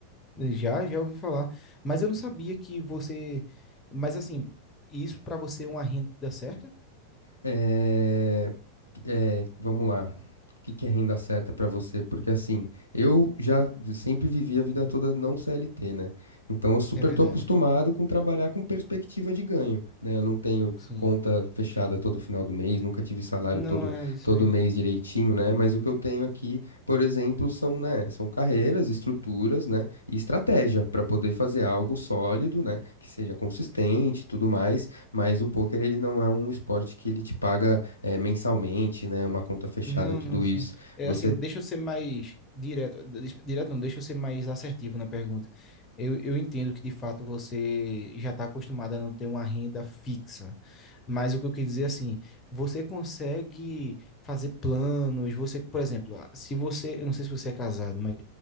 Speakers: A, on the left; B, on the left.
A: Já, já ouvi falar. Mas eu não sabia que você. Mas assim, isso para você é uma renda certa?
B: É, é, vamos lá. o que que é renda certa para você? Porque assim, eu já sempre vivi a vida toda não CLT, né? Então eu super
A: É verdade.
B: tô acostumado com trabalhar com perspectiva de ganho, né? Eu não tenho
A: Sim.
B: conta fechada todo final do mês, nunca tive salário
A: Não
B: todo,
A: é isso
B: todo
A: aí.
B: mês direitinho, né? Mas o que eu tenho aqui, por exemplo, são, né, são carreiras, estruturas, né, e estratégia para poder fazer algo sólido, né, que seja consistente e tudo mais, mas o poker ele não é um esporte que ele te paga é, mensalmente, né? Uma conta fechada,
A: Não,
B: tudo
A: não, sim.
B: isso.
A: É
B: Você.
A: assim, deixa eu ser mais direto. dis- Direto não, deixa eu ser mais assertivo na pergunta. Eu, eu entendo que de fato você já está acostumada a não ter uma renda fixa. Mas o que eu quis dizer assim, você consegue fazer planos, você, por exemplo, ah, se você, eu não sei se você é casado, mas